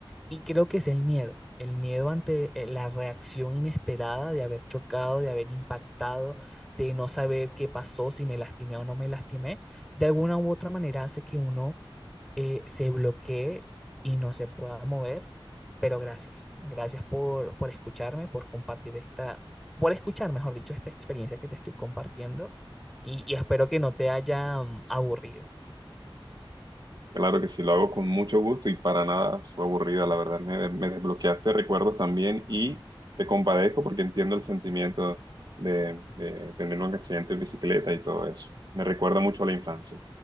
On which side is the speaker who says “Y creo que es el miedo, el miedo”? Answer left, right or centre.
Centre